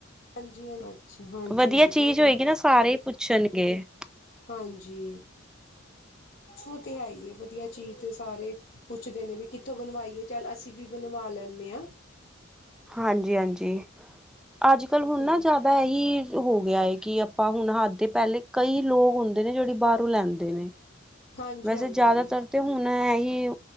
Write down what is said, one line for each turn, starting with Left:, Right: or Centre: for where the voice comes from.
Left: ਹਾਂਜੀ ਅੱਛਾ ਹਾਂਜੀ-ਹਾਂਜੀ
Centre: ਵਧੀਆ ਚੀਜ਼
Left: ਉਹ ਤੇ
Centre: ਹੋਏਗੀ
Left: ਹੈ।
Centre: ਨਾ ਸਾਰੇ ਪੁੱਛਣਗੇ।
Left: ਹਾਂਜੀ ਉਹ ਤੇ ਹੈ ਹੀ ਵਧੀਆ ਚੀਜ਼ ਤੇ ਸਾਰੇ ਪੁੱਛਦੇ ਨੇ ਵੀ ਕਿੱਥੋਂ ਬਨਵਾਈ ਏ ਚੱਲ ਅਸੀਂ ਵੀ ਬਣਵਾ ਲੈਂਨੇ ਆ।
Centre: ਹਾਂਜੀ-ਹਾਂਜੀ ਅੱਜ ਕਲ ਹੁਣ
Left: ਵਧੀਆ
Centre: ਨਾ ਜ਼ਿਆਦਾ ਇਹੀ ਹੋ ਗਿਆ ਹੈ ਕਿ ਆਪਾਂ ਹੁਣ ਹੱਥ ਦੇ ਪਹਿਲੇ ਕਈ ਲੋਕ ਹੁੰਦੇ ਨੇ ਜਿਹੜੀ ਬਾਹਰੋਂ ਲੈਂਦੇ ਨੇ।
Left: ਹਾਂਜੀ
Centre: ਵੈਸੇ
Left: ਹਾਂਜੀ
Centre: ਜ਼ਿਆਦਾਤਰ ਤੇ ਹੁਣ ਏਹ ਹੀ